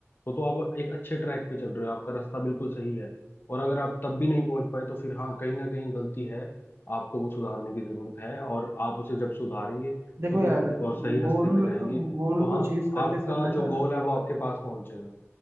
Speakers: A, on the left; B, on the right.
A: तो तो आप एक अच्छे ट्रैक पे चल रहे हो आपका रास्ता बिल्कुल सही है और अगर आप तब भी नहीं पहुंच पाए तो फिर हाँ कहीं ना कहीं गलती है आपको वो सुधारने की जरूरत है और आप उसे जब सुधारेंगे
B: देखो
A: तो फिर
B: यार
A: और सही रास्ते
B: गोल
A: पे जाएंगे
B: गोल
A: तो हाँ
B: को चेज करते
A: आपका
B: समय
A: जो
B: ना
A: गोल है वो आपके पास पहुंचेगा